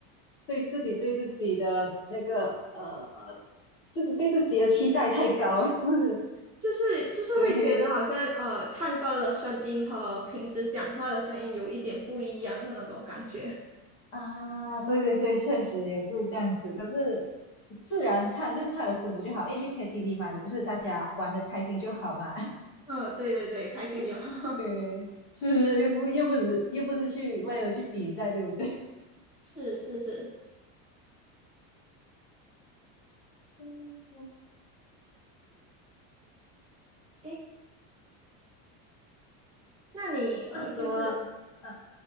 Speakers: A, on the left; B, on the right.
A: 对自己对自己的那个呃，自己对自己的期待太高了，<laughs> 是不是？
B: 就是就是会觉得好像呃，
A: 对
B: 唱歌的声音和平时讲话的声音有一点不一样的那种感觉。
A: 啊，对对对，确实也是这样子。可是自然唱就唱的舒服就好，因为去 KTV 嘛，就是大家玩的开心就好嘛，
B: 嗯、对对对，
A: <laughs>
B: 开心就好。
A: 就对，
B: <laughs>
A: 是又不又不是又不是去为了去比赛，对不对？
B: 是是是，
A: <laughs> 嗯
B: 诶，那你呃，
A: 啊，
B: 就是
A: 怎么了？啊